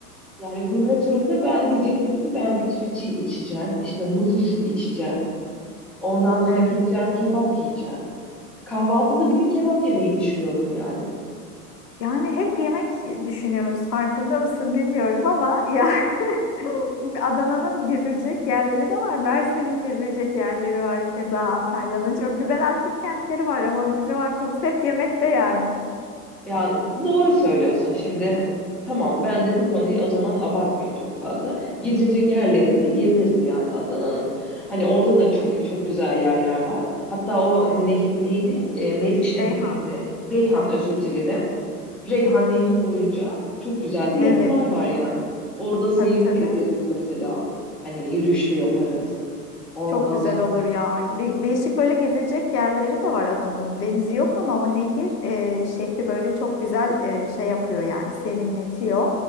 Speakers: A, in the centre; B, on the left.
A: Yani gurme turumda ben diyecektim ki ben bici bici içeceğim. işte muzlu süt içeceğim. Ondan sonra
B: Evet.
A: gideceğim kebap yiyeceğim. Kahvaltıda bile kebap yemeyi düşünüyordum yani.
B: Yani hep yemek düşünüyoruz farkında mısın bilmiyorum ama ya <laughs> Adana'nın gezilecek yerleri de var. Mersin'in gezilecek yerleri var. Keza Antalya'nın çok güzel antik kentleri var ama bizim aklımız hep yemekte yani.
A: Ya doğru söylüyorsun şimdi. Tamam ben de bu konuyu o zaman abartmayayım çok fazla. Gezilecek yerlerinde gezeriz yani Adana'nın. Hani orada da çünkü
B: Ben
A: çok güzel yerler var. Hatta o neh- neydi? E, Meriç Nehri
B: Reyhan.
A: miydi? Reyhan özür dilerim. Reyhan Nehri boyunca çok güzel de yapılar
B: Evet.
A: var yani. Orada seyir
B: Tabii tabii.
A: de ederiz mesela. Hani yürüyüş de yaparız. Ondan
B: Çok güzel
A: sonra.
B: olur ya. De- değişik böyle gezilecek yerleri de var Adana'nın. Denizi yok ama o nehir e, şehri böyle çok güzel e, şey yapıyor yani serinletiyor.